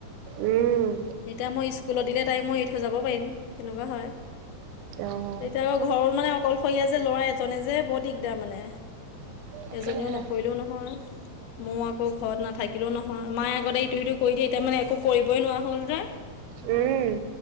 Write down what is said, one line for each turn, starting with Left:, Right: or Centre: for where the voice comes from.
Right: উম
Left: তেতিয়া মই স্কুলত দিলে তাইক মই এৰি থৈ যাব পাৰিম! তেনেকুৱা হয়।
Right: অঁ
Left: এতিয়া আকৌ ঘৰত মানে অকলশৰীয়া যে, ল'ৰা এজনে যে, বৰ দিগদাৰ মানে।
Right: তাকেহে
Left: এজনেও নকৰিলেও নহয়! মোৰ আকৌ ঘৰত নাথা কিলেও নহয়। মাই আগতে ইটো-সিটো কৰি দিয়ে! এতিয়া মানে একো কৰিবই নোৱাৰা হ'ল যে।
Right: উম।